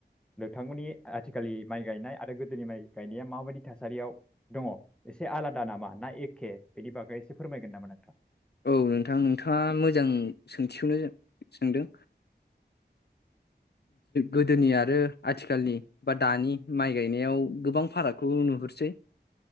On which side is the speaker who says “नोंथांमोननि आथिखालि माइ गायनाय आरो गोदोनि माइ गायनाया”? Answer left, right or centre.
Centre